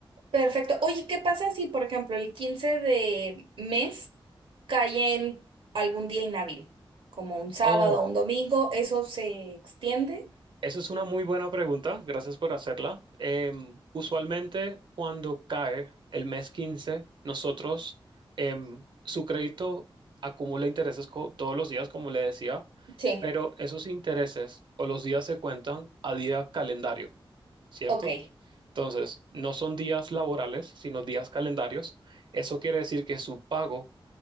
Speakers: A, on the right (about 80°); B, on the right (about 60°).
A: Perfecto. Oye, ¿qué pasa si, por ejemplo, el 15 de mes cae en algún día inhábil, como un sábado
B: Oh,
A: o un domingo? ¿Eso se extiende?
B: Esa es una muy buena pregunta, gracias por hacerla. Em, usualmente cuando cae el mes 15 nosotros, em, su crédito acumula intereses co- todos los días, como le decía,
A: Sí.
B: pero esos intereses o los días se cuentan a día calendario, ¿cierto?
A: Ok.
B: Entonces, no son días laborales, sino días calendarios. Eso quiere decir que su pago